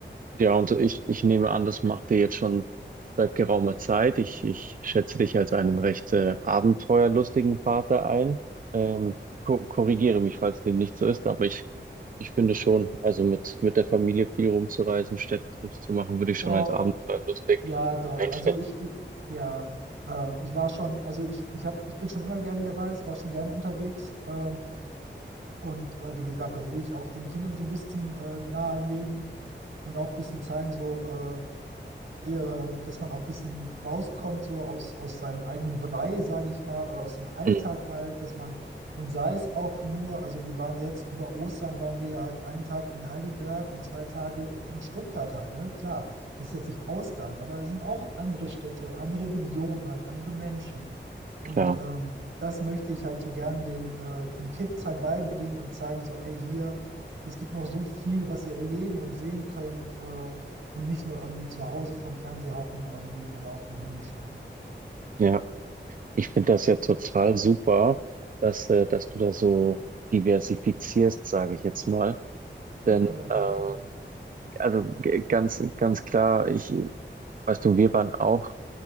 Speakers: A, on the right (about 45°); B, on the right (about 80°).
A: ja, und ich, ich nehme an, das macht ihr jetzt schon seit geraumer Zeit. Ich, ich schätze dich als einen recht äh, abenteuerlustigen Vater ein. Ähm, ko korrigiere mich, falls dem nicht so ist, aber ich, ich finde schon, also mit, mit der Familie viel rumzureisen, Städtetrips zu machen, würde ich
B: Doch,
A: schon als abenteuerlustig
B: ja, doch.
A: einschätzen.
B: Also ich, ich ja, ähm, ich war schon, also ich, ich hab, ich bin schon immer gern gereist, war schon gern unterwegs. Ähm, Und äh, wie gesagt, das will ich auch den Kindern so ein bisschen äh, nahelegen und auch ein bisschen zeigen, so, äh, ihr, dass man auch ein bisschen rauskommt, so aus, aus seinem eigenen Brei, sage ich mal, oder aus dem Alltag
A: Mhm,
B: halt, dass man, und sei es auch nur, also wir waren jetzt über Ostern, waren wir halt einen Tag in Heidelberg und zwei Tage in, in Stuttgart halt, ne? Klar, das ist jetzt nicht Ausland, aber es sind auch andere Städte, andere Regionen halt, andere Menschen.
A: klar,
B: Und ähm, das möchte ich halt so gern den, äh, den Kids halt beibringen und zeigen, so, ey, hier, es gibt noch so viel, was ihr erleben und sehen könnt äh, und nicht nur irgendwie zu Hause vorm Fernseher hocken irgendwie oder auf dem Handy schauen.
A: ja. Ich finde das ja total super, dass, äh, dass du da so diversifizierst, sage ich jetzt mal. Denn,
B: Ja, danke.
A: ähm, also g- ganz, ganz klar, ich, weißt du, wir waren auch